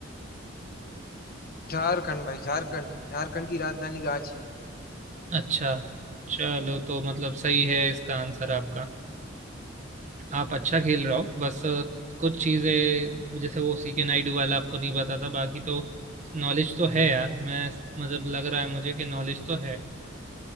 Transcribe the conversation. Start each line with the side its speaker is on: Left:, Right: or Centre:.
Left: झारखंड भाई झारखंड झारखंड की राजधानी रांची
Right: अच्छा चलो तो मतलब सही है इसका आंसर आपका आप अच्छा खेल रहे हो बस अ, कुछ चीजें जैसे वो सी के नायडू वाला आपको नहीं पता था बाकी तो नॉलेज तो है यार मैं मतलब लग रहा है मुझे कि नॉलेज तो है